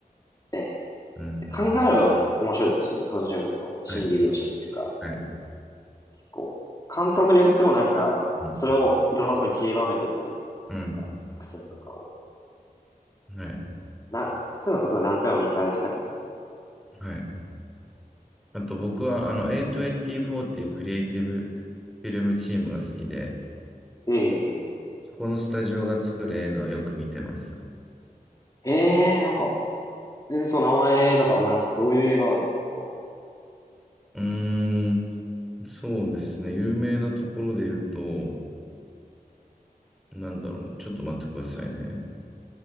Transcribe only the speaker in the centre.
うん。
はい。はい。
うん。
うん。
はい。
はい。あと、僕は、あの、A24 っていうクリエイティブフィルムチームが好きで、
そこのスタジオが作る映画をよく見てます。
うーん。そうですね。有名なところで言うと、なんだろう。ちょっと待ってくださいね。